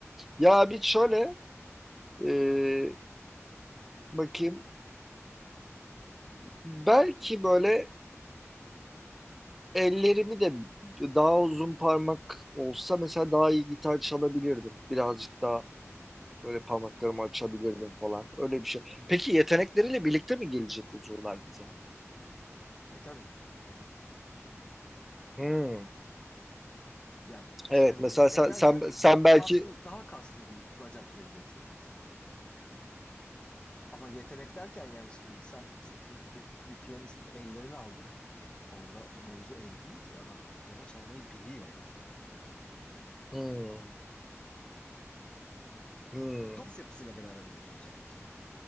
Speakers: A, in the centre; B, on the left.
A: Ya bir şöyle e, bakayım. Belki böyle ellerimi de daha uzun parmak olsa mesela daha iyi gitar çalabilirdim. Birazcık daha böyle parmaklarımı açabilirdim falan. Öyle bir şey.
B: Hmm.
A: Peki yetenekleriyle birlikte mi gelecek uzuvlar bize?
B: E tabii yani.
A: Hmm.
B: Yani şöyle
A: Evet mesela
B: yetenek
A: sen,
B: derken
A: sen, sen
B: ka-
A: belki
B: kaslı daha kaslı bir bacak gelecek sana mesela. Ama yetenek derken yani şimdi sen bir, bir, bir piyanistin ellerini aldın. Orada mevzu el değil ki adam piyano çalmayı biliyor yani.
A: hmm. Hmm.
B: Kas yapısıyla beraber alıyorsun sadece.